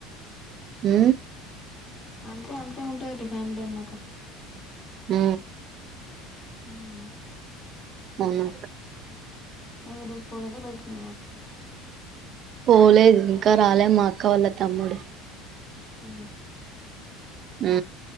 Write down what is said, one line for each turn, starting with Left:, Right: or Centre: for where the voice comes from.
Right: హ
Left: అంతే అంతే ఉంటుంది ఫ్యామిలీ అన్నాక
Right: హ
Left: హ
Right: అవును
Left: ఏమి ఈరోజు పోలేదా బయటికి
Right: పోలేదు ఇంకా రాలేదు మా అక్క వాళ్ళ తమ్ముడు
Left: ఉ
Right: ఆ